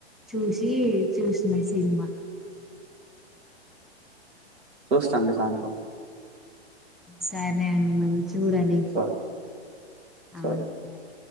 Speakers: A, in the centre; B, on the right (about 80°).
A: చూసి చూసినయి సినిమా
B: దోస్థంలు చాత
A: సాబే అండి మంచి చూడండి
B: సారీ
A: ఆ
B: సారీ
A: బాయ్